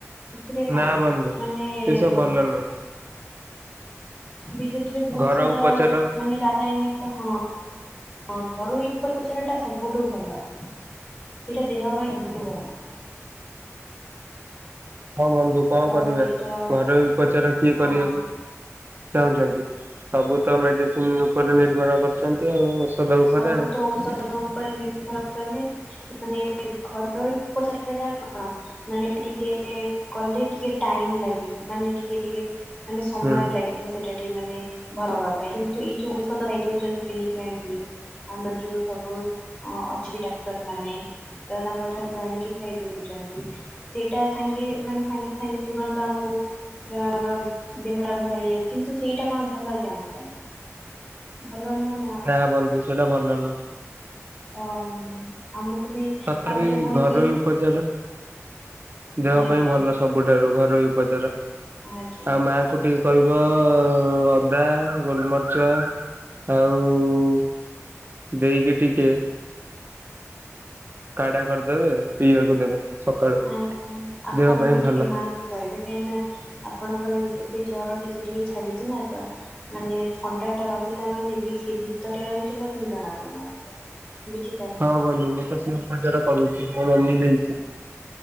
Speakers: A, on the left; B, on the right.
A: ସେଥିରେ କଣ
B: ନାଁ ବନ୍ଧୁ ସେ
A: ମାନେ
B: ସବୁ ଭଲ ନୁହଁ।
A: ଭିଜିଟିରେ ବହୁତ
B: ଘର
A: ସାରା
B: ଉପଚାର
A: ମାନେ ରାସାୟନିକ ହଁବ। ହଁ ଘରୋଇ ଉପଚାର ଟା ସବୁଠୁ ଭଲ। ସେଇଟା ଦେହ ପାଇଁ ସବୁଠୁ ଭଲ।
B: ହଁ ବନ୍ଧୁ କଣ କରିବା?
A: ଆଉ ଏଇ ତ
B: ଘରୋଇ ଉପଚାର କିଏ କରିବାକୁ।
A: ହଁ
B: ଚାହୁଁଛନ୍ତି ସବୁ ତ ମେଡିସିନ ଉପରେ ନିର୍ଭର କରୁଛନ୍ତି ଆଉ। ଉପରେ
A: ସବୁତ
B: ଆଉ
A: ଔଷଧ ଉପରେ ନିର୍ଭର କଲେ। ତା ମାନେ ଘରୋଇ ଉପଚାରାଟା ଟା କଣ? ମାନେ ଟିକେ କଲେ ଟିକେ ଟାଇମ ଲାଗିବ ମାନେ ଟିକେ ଟିକେ। ମାନେ ସମୟ
B: ହୁଁ।
A: ଲାଗିବ ସେଟା ଟିକେ ମାନେ ଭଲ ହବା ପାଇଁ କିନ୍ତୁ ଏଇ ଯୋଉଁ ଔଷଧ ଖାଇ ଦଉଛନ୍ତି। କିଣିକି ଆଣିକି ଆମର ଯୋଉଁ ସବୁ ଅଁ ଅଛି ଡାକ୍ତର ମାନେ ତ ତାଙ୍କ ଠାରୁ ଆଣିକି ଖାଇଦଉଛନ୍ତି। ସେଇଟା ସାଙ୍ଗେ ମାନେ ସାଙ୍ଗେ ସାଙ୍ଗେ ତୁରନ୍ତ ଆମକୁ ଦେହ ଆମର ଦେହଟା ଭଲ ହେଇଯାଉ କିନ୍ତୁ ସେଇଟା କଣ ଭଲ କି ଆମ ପାଇଁ। ଭଲ ନୁହେଁ ନାଁ।
B: ନାଁ ବନ୍ଧୁ ସେଟା ଭଲ ନୁହଁ?
A: ହଁ। ଆମକୁ ବି
B: ସତରେ
A: ତାପରେ ପୁଣି
B: ଘରୋଇ
A: ବି
B: ଉପଚାର ଦେହ
A: ଆଜ୍ଞା
B: ପାଇଁ ଭଲ। ସବୁଠାରୁ ଘରୋଇ ଉପଚାର
A: ଆଜ୍ଞା
B: ଆଉ ମାଙ୍କୁ ଟିକେ କହିବ ଅଦା ଗୋଲମରିଚ ଆଉ ଦେଇକି ଟିକେ କାଢା କରିଦେବେ ପିଇବାକୁ ଦେବେ। ସକାଳୁ
A: ଆଛା ଆପଣ
B: ଦେହ ପାଇଁ
A: ବି ଟିକେ
B: ଭଲ।
A: ମା ଙ୍କୁ କହିବେ କାହିଁକି ନା ଆପଣଙ୍କର ଏବେ ଜର ଟିକେ ଟିକେ ଛାଡିଛି ନା ତ ମାନେ ଥଣ୍ଡା ଟା ରହିଲା ମାନେ ବି ସେ ଭିତରେ ରହିଯିବ କିନ୍ତୁ ଜଣା ପଡୁନଥିବ। ବୁଝି
B: ହଁ ବନ୍ଧୁ ମୁଁ ତ ସେ ଉପଚାର କରୁଚି ମୋ ମମି ଦେଇଚି।